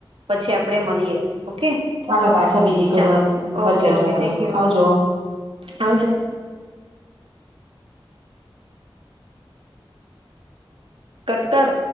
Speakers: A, on the right (about 70°); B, on the right (about 85°).
A: પછી આપડે મળીએ ઓકે
B: ચાલો પાછા બીજી કોઈ
A: ચાલ
B: વાર પર
A: ઓકે
B: ચર્ચા
A: ઓકે
B: કરશું
A: થેન્ક યુ.
B: આવજો
A: આવજો. કટકર.